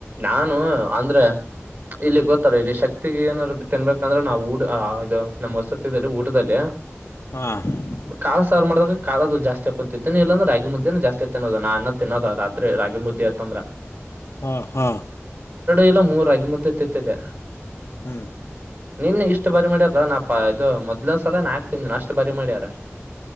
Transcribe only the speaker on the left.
ಹಾಂ ಹಾಂ
ಹಾ ಹಾ
ಹ್ಮ್